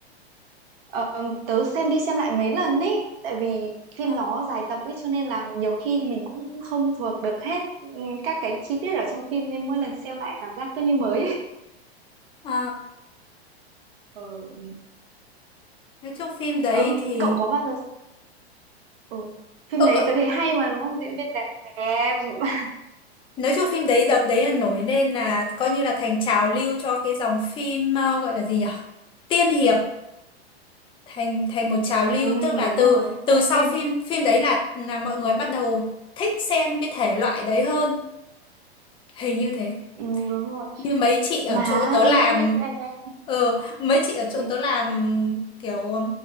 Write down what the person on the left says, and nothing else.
Ờ,
ờ,
nói chung phim đấy
thì...
Ơ
cậu,
nói chung phim đấy đợt đấy là nổi
lên là coi như là thành trào lưu cho cái dòng phim ờ, gọi là gì nhỉ? Tiên hiệp thành thành một trào lưu
tức là
từ
từ
sau
phim phim đấy là là mọi người bắt đầu thích xem cái thể loại đấy hơn hình như thế
như mấy chị ở
chỗ tớ làm
ờ mấy chị ở chỗ
tớ làm kiểu